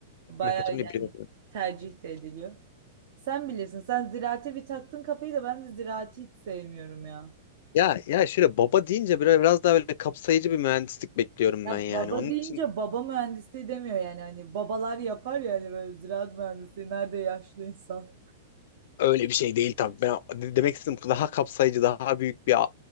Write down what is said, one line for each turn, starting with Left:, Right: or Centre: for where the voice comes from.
Right: Bayağı
Left: Mekatronik
Right: yani
Left: biliyorum.
Right: tercih de ediliyor. Sen bilirsin. Sen ziraate bir taktın kafayı da ben de ziraati hiç sevmiyorum ya.
Left: Ya ya şöyle baba deyince böyle biraz daha böyle kapsayıcı bir mühendislik bekliyorum
Right: Ya
Left: ben yani.
Right: baba
Left: Onun
Right: deyince
Left: için
Right: baba mühendisliği demiyor yani. Hani babalar yapar ya hani böyle ziraat mühendisliği. Nerede yaşlı insan?
Left: öyle bir şey değil tabii. Ben de- demek istedim daha kapsayıcı, daha büyük bir a-